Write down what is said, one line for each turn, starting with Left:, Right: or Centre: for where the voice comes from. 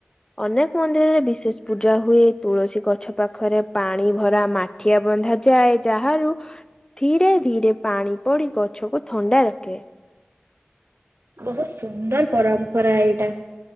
Left: ଅନେକ ମନ୍ଦିରରେ ବିଶେଷ ପୂଜା ହୁଏ ତୁଳସୀ ଗଛ ପାଖରେ ପାଣି ଭରା ମା ଠିଆ ବନ୍ଧାାଯାଏ ଯାହାରୁ ଧୀରେ ଧୀରେ ପାଣି ପଡ଼ି ଗଛକୁ ଥଣ୍ଡା ରଖେ।
Right: ବହୁତ ସୁନ୍ଦର ପରମ୍ପରା ଏଇଟା